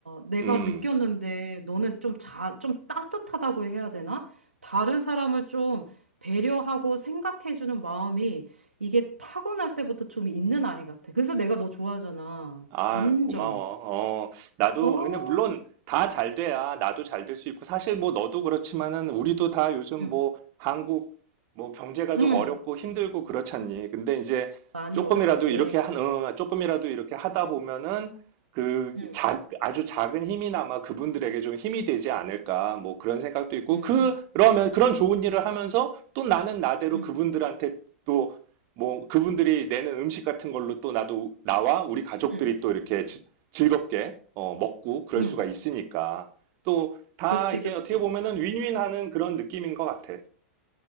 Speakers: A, on the right (about 85°); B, on the right (about 40°).
A: 내가
B: 음.
A: 느꼈는데, 너는 좀 자, 좀 따뜻하다고 해야 되나? 다른 사람을 좀 배려하고 생각해주는 마음이 이게 타고날 때부터 좀 있는 아이 같아. 그래서 내가 너 좋아하잖아.
B: 아,
A: 완전.
B: 고마워. 어, 나도,
A: 어,
B: 근데 물론 다 잘 돼야 나도 잘 될 수 있고, 사실 뭐 너도 그렇지만은 우리도 다 요즘
A: 응,
B: 뭐 한국 뭐 경제가 좀
A: 응.
B: 어렵고 힘들고 그렇잖니. 근데 이제
A: 많이
B: 조금이라도
A: 어렵지.
B: 이렇게 한, 어, 조금이라도 이렇게 하다
A: 응,
B: 보면은 그
A: 응,
B: 작, 아주 작은 힘이나마 그분들에게 좀 힘이 되지 않을까. 뭐 그런 생각도 있고,
A: 응,
B: 그, 그러면 그런 좋은 일을 하면서 또 나는 나대로
A: 응,
B: 그분들한테 또 뭐 그분들이 내는 음식 같은 걸로 또 나도 나와 우리 가족들이
A: 응.
B: 또 이렇게 지- 즐겁게 어, 먹고 그럴
A: 응.
B: 수가 있으니까 또 다
A: 그치,
B: 이게
A: 그치.
B: 어떻게 보면은 윈윈하는 그런 느낌인 것 같아.